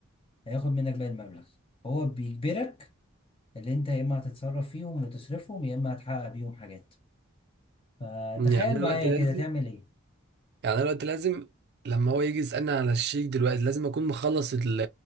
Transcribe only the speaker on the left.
هياخد منك باقي المبلغ هو بيجبرك اللي انت يا اما هتتصرف فيهم وتصرفهم يا اما هتحقق بيهم حاجات فتخيل
معايا
كده تعمل ايه